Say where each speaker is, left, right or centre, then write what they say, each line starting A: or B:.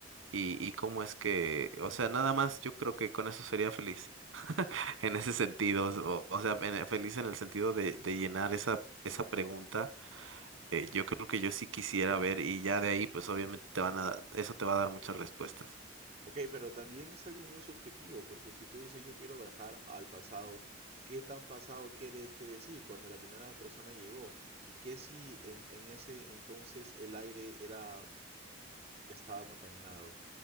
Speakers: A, on the right (about 80°); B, on the right (about 30°).
A: y, y cómo es que, o sea, nada más yo creo que con eso sería feliz <laughs> en ese sentido, o, o sea, en- feliz en el sentido de, de llenar esa, esa pregunta. eh, yo creo que yo sí quisiera ver y ya de ahí, pues obviamente te van a, da- eso te va a dar muchas respuestas.
B: ok, pero también es algo muy subjetivo, porque si tú dices yo quiero viajar al pasado, ¿qué tan pasado quiere, quiere decir cuando la primera persona llegó? ¿Y qué si en, en ese entonces el aire era, estaba contaminado?